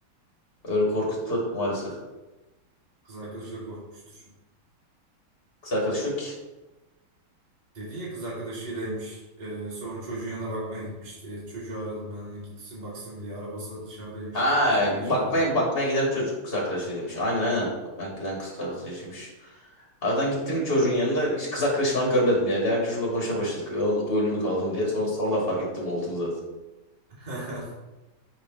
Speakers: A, on the left (about 25°); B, on the right (about 20°).
A: Öyle korkuttu maalesef.
B: Kız arkadaşı da korkmuştur.
A: Kız arkadaşı yok ki.
B: Dedin ya kız arkadaşıylaymış. Ee, sonra çocuğun yanına bakmaya gitmişti. E, Çocuğu aradım ben hani gitsin baksın diye. Arabası da dışarıdaymış
A: Ha
B: kız arkadaşıyla
A: bakmaya
B: böyle.
A: bakmaya giden çocuk kız arkadaşıymış. Aynen aynen. Bakmaya giden kız arkadaşıymış. Aradan gittim çocuğun yanına hiç kız arkadaşı falan görmedim yani. Yani çocukla konuşmaya başladık. Oğlum Öldü mü kaldı mı diye. Sonra sonradan fark ettim olduğunu zaten.
B: <laughs>